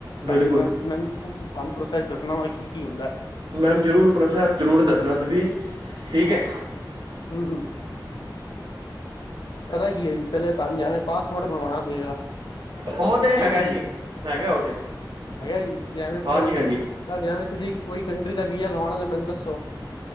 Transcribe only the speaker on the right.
ਬਿਲਕੁਲ
ਮੈਮ ਜ਼ਰੂਰ ਪ੍ਰੋਸੈਸ ਜ਼ਰੂਰ ਦੱਸਣਾ ਤੁਸੀਂ ਠੀਕ ਹੈ।
ਉਹ ਤੇ
ਹੈਗਾ
ਜੀ ਹੈਗਾ ਉਹ ਤੇ
ਹਾਂਜੀ
ਹਾਂਜੀ